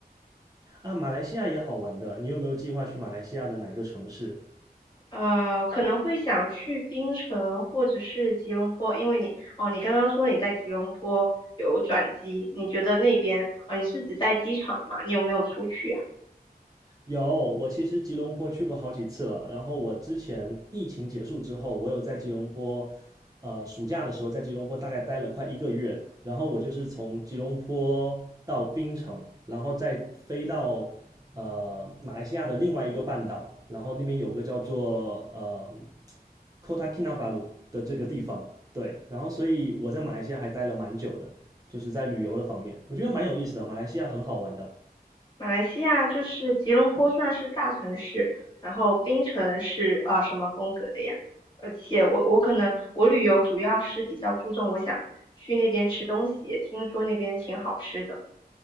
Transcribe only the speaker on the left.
呃，可能会想去槟城或者是吉隆坡，因为你哦，你刚刚说你在吉隆坡有转机，你觉得那边啊，呃你是指在机场吗？你有没有出去啊？
马来西亚就是吉隆坡算是大城市，然后槟城是啊、呃什么风格的呀？而且我我可能我旅游主要是比较注重我想去那边吃东西，听说那边挺好吃的。